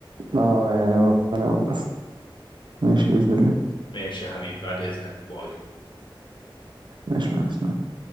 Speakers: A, on the right; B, on the left.
A: اه آه، ولا والله ماشي بإذن الله
B: ماشي يا حبيبي بعد اذنك باي
A: ماشي مع السلامة